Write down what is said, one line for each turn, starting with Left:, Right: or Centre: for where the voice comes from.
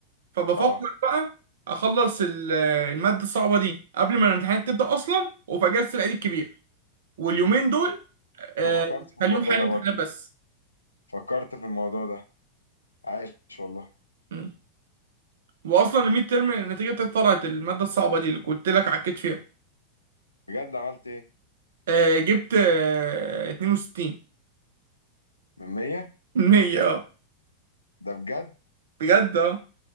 Right: فبفكر
Left: اه
Right: بقى اخلص ال- الماده الصعبه دي قبل ما الامتحانات تبدا اصلا وفي اجازه العيد الكبير واليومين دول آه،
Left: أنا فكرت في
Right: خليهم
Left: الموضوع
Right: حل
Left: ده
Right: امتحانات
Left: برضه
Right: بس
Left: فكرت في الموضوع ده عايش والله
Right: مم. واصلا الميد ترم النتيجه بتاعتي طلعت الماده الصعبه دي اللي قلت لك عكيت فيها
Left: بجد عملت ايه
Right: آه، جبت آه، 62
Left: من 100
Right: 100 <laughs> اه
Left: ده بجد
Right: بجد اه